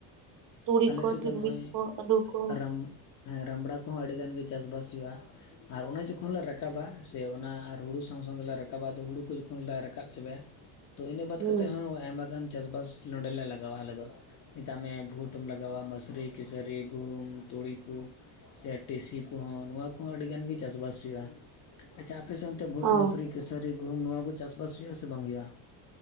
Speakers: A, on the right; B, on the left.
A: ᱛᱩᱲᱤ
B: ᱟᱞᱮ
A: ᱠᱚ,
B: ᱥᱮᱫ
A: ᱛᱤᱞᱼᱢᱤᱧ
B: ᱫᱚ ᱱᱚᱜᱼᱚᱭ
A: ᱠᱚ, ᱟᱞᱩ ᱠᱚ
B: ᱨᱟᱢ ᱦᱮᱸ ᱨᱟᱢᱲᱟ ᱠᱚᱦᱚᱸ ᱟᱹᱰᱤ ᱜᱟᱱ ᱜᱮ ᱪᱟᱥᱵᱟᱥ ᱦᱩᱭᱩᱜᱼᱟ᱾ ᱟᱨ ᱚᱱᱟ ᱡᱚᱠᱷᱚᱱ ᱞᱮ ᱨᱟᱠᱟᱵᱟ ᱥᱮ ᱚᱱᱟ ᱦᱩᱲᱩ ᱥᱟᱶ ᱥᱟᱶ ᱛᱮᱞᱮ ᱨᱟᱠᱟᱵᱟ ᱟᱫᱚ ᱦᱩᱲᱩ ᱠᱚ ᱡᱚᱠᱷᱚᱱᱞ ᱞᱮ ᱨᱟᱠᱟᱵ ᱪᱟᱵᱟᱭᱟ
A: <inaudible>
B: ᱛᱚ ᱤᱱᱟᱹ ᱵᱟᱫᱽ
A: ᱦᱩᱸ
B: ᱠᱟᱛᱮᱫ ᱦᱚᱸ ᱟᱭᱢᱟ ᱜᱟᱱ ᱪᱟᱥᱵᱟᱥ ᱱᱚᱸᱰᱮᱞᱮ ᱞᱟᱜᱟᱣᱟ ᱟᱞᱮ ᱫᱚ ᱢᱮᱛᱟᱜ ᱢᱮ ᱵᱷᱩᱴ ᱴᱮᱢ ᱞᱟᱜᱟᱣᱟ, ᱢᱟᱥᱨᱤ, ᱠᱮᱥᱟᱹᱨᱤ, ᱜᱩᱦᱩᱢ, ᱛᱩᱲᱤ ᱠᱩ ᱥᱮ ᱴᱮᱥᱤ ᱠᱚᱦᱚᱸ ᱱᱚᱣᱟ ᱠᱚᱦᱚᱸ ᱟᱹᱰᱤᱜᱟᱱ ᱜᱮ ᱪᱟᱥᱵᱟᱥ ᱦᱩᱭᱩᱜᱼᱟ᱾ ᱟᱪᱪᱷᱟ ᱟᱯᱮᱥᱮᱫ ᱚᱱᱛᱮ ᱜᱷᱩᱴ,
A: ᱚ
B: ᱢᱟᱥᱩᱹᱨᱤ, ᱠᱟᱥᱟᱹᱨᱤ, ᱜᱩᱦᱩᱢ ᱱᱚᱣᱟ ᱠᱚ ᱪᱟᱥᱵᱟᱥ ᱦᱩᱭᱩᱜᱼᱟ ᱥᱮ ᱵᱟᱝ ᱦᱩᱭᱩᱜᱼᱟ?